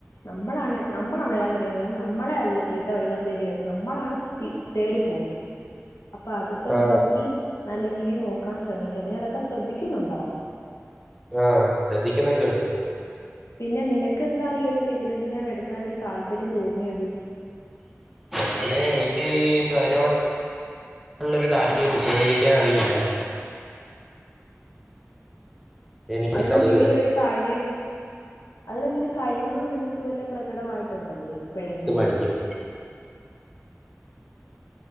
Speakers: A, on the left; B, in the centre.
A: നമ്മളാണ് നമ്മളാണ് എല്ലാം <unintelligible> വരുന്നത് നമ്മളെ അല്ല ചീത്ത വഴികൾ തേടി വരുന്നത് നമ്മളാണ് ചീ തേടി പോകുന്നത് അപ്പൊ അതൊക്കെ
B: ആഹ്
A: നോക്കി നല്ല രീതിൽ നോക്കാൻ ശ്രമിക്കണം നീ അതൊക്കെ ശ്രദ്ധിക്കുന്നുണ്ടോ
B: ആഹ് ശ്രദ്ധിക്കുന്നൊക്കെയുണ്ട്
A: പിന്നെ നിനക്ക് എന്താണ് ഈ ഒരു സിവിൽ എഞ്ചിനീയർ എടുക്കാൻ ഒരു താല്പര്യം തോന്നിയത്?
B: ഞാന് എനിക്ക് ഈ അതിനോടുള്ളൊരു താല്പര്യം വിശദീകരിക്കാൻ അറിയില്ല എനിക്ക്
A: അതിലെന്തെങ്കിലും
B: പക്ഷെ അത്
A: ഒരു കഴിവ് അതിൽ എന്തേലും കഴിവ് നിനക്ക് വല്ല പ്രകടമായിട്ടുണ്ടോ ഇത് എപ്പഴെങ്കിലും
B: എടുത്ത് പഠിക്കാം